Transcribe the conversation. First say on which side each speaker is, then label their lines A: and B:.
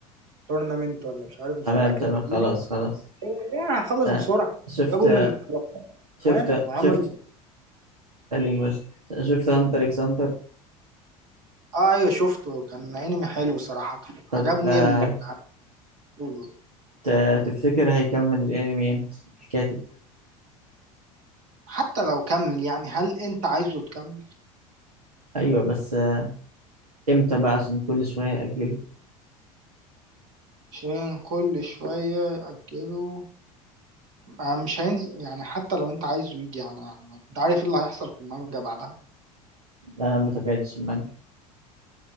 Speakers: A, on the right; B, on the right.
A: تورنمنت ولا مش عارف مسابقه
B: تمام
A: كده
B: تمام
A: كبيره
B: خلاص خلاص
A: هو ده يعني خلص
B: آه،
A: بسرعه
B: شفت
A: جابوا من ال 13
B: شفت
A: وان وعملوا
B: شفت خليك بس شفت هانتر اكس هانتر
A: اه ايوه شفته كان انمي حلو صراحه
B: طب
A: عجبني
B: آه،
A: اللي بيقولوا.
B: ت- تفتكر هيكمل الانمي امتى الكاتب
A: حتى لو كمل يعني هل انت عايزه تكمل
B: ايوه بس آه، امتى بقى عشان كل شوية يأجله
A: عشان كل شوية يأجلوا آه، مش هينزل يعني حتى لو انت عايزه يجي يعني, يعني انت عارف ايه اللي هيحصل في المانجا بعدها
B: لا ما تابعتش المانجا